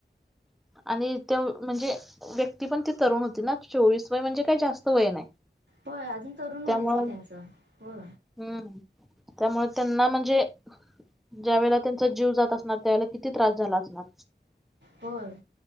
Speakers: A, in the centre; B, on the right.
A: आणि ते म्हणजे व्यक्ती पण ती तरुण होती ना चोवीस वय म्हणजे काही जास्त वय नाही.
B: होय अजून तरुण व्हायचं
A: त्यामुळं
B: की त्यांचं हो
A: हम्म त्यामुळे त्यांना म्हणजे ज्या वेळेला त्यांचा जीव जात असणार त्यावेळेला किती त्रास झाला असणार
B: होय